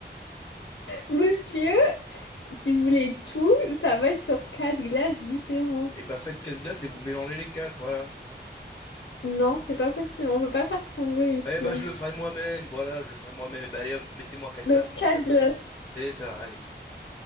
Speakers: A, on the left; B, on the left.
A: monsieur, si vous voulez tout, ça va être sur quatre glaces différentes.
B: Et bah faites quatre glaces et vous mélangez les quatre, voilà.
A: Non, c'est pas possible. On peut pas faire ce qu'on veut ici.
B: Eh bah
A: hein.
B: je le ferai moi-même, voilà, je le ferai moi-même. Et bah allez hop, mettez-moi quatre
A: Donc,
B: glaces, on
A: quatre
B: n'en parle
A: glaces.
B: plus là. Et ça, allez.